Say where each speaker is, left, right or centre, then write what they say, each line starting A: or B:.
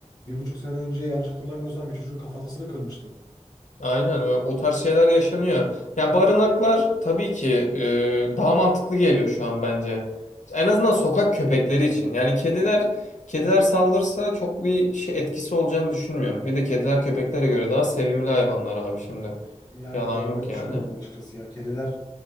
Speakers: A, on the left; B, on the left.
A: bir buçuk sene önce yanlış hatırlamıyorsam bir çocuğun kafatasını kırmıştı.
B: Aynen ö- o tarz şeyler yaşanıyor. Ya barınaklar tabii ki e, daha mantıklı geliyor şu an bence. En azından sokak köpekleri için. Yani kediler kediler saldırsa çok bir şey etkisi olacağını düşünmüyorum. Bir de kediler köpeklere göre daha sevimli hayvanlar abi şimdi.
A: Yani
B: Yalan
A: ben
B: yok
A: öyle düşünmüyorum
B: yani.
A: açıkçası ya. Kediler